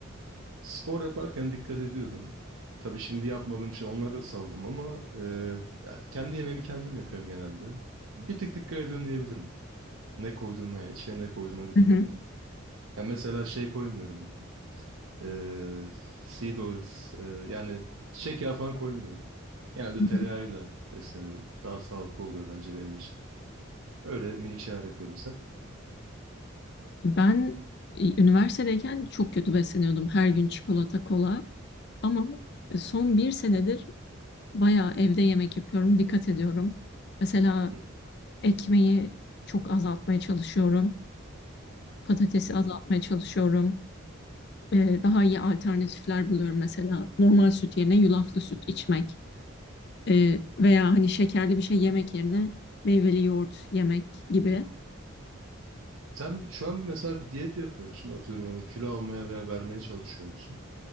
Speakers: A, on the right; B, on the left.
A: Spor yaparken dikkat ediyordum. Tabii şimdi yapmadığım için onları da saldım ama e, ya kendi yemeğimi kendim yapıyorum genelde. Bir tık dikkat ediyorum diyebilirim. Ne koyduğuma yani içine ne koyduğuma dikkat
B: Hı hı.
A: ediyorum. Ya mesela şey koymuyorum. E, seed oils e, yani çiçek yağı falan koymuyorum. Genelde
B: Hı
A: tereyağıyla
B: hı.
A: besleniyorum. Daha sağlıklı oluyor bence benim için. Öyle minik şeyler yapıyorum sen.
B: Ben e, üniversitedeyken çok kötü besleniyordum. Her gün çikolata, kola. Ama e, son bir senedir bayağı evde yemek yapıyorum. Dikkat ediyorum. Mesela
A: Hı
B: ekmeği çok azaltmaya çalışıyorum. Patatesi
A: hı.
B: azaltmaya
A: hı.
B: çalışıyorum. Ee, daha iyi alternatifler buluyorum. Mesela normal süt yerine yulaflı süt içmek ee, veya hani şekerli bir şey yemek yerine meyveli yoğurt yemek gibi.
A: Sen şu an mesela bir diyet yapıyor musun? Atıyorum hani kilo almaya veya vermeye çalışıyor musun?